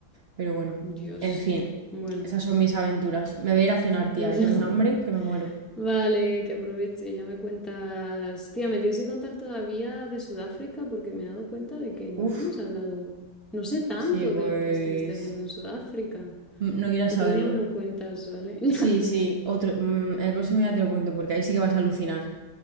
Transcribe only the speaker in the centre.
Dios.
Bueno,
<laughs>
ya.
Vale, que aproveche, ya me cuentas. Tía, me tienes que contar todavía de Sudáfrica porque me he dado cuenta de que no
hemos hablado, no sé tanto
de lo que estuviste haciendo en Sudáfrica.
Otro
día me lo cuentas, ¿vale? <laughs>